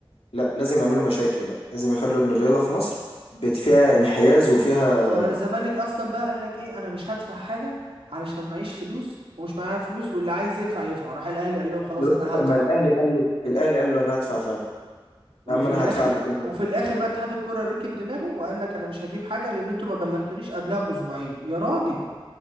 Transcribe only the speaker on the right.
اه لا الزمالك اصلا بقى قال لك ايه انا مش هدفع حاجه علشان معيش فلوس ومش معايا فلوس واللي عايز يدفع يدفع راح الاهلي قال لهم خلاص
انا
هدفع
وفي
الاخر
وفي الاخر بقى اتحاد الكره ركب دماغه وقال لك انا مش هجيب حاجه لان انتوا ما بلغتونيش قبلها باسبوعين يا راجل